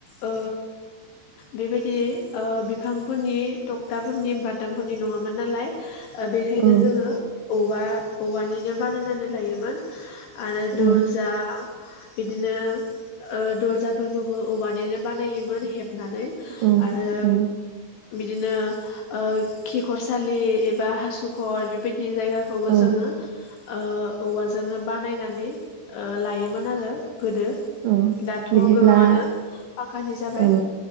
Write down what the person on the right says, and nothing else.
औ
औ
औ
औ
औ
ओ
बिदिब्ला
ओ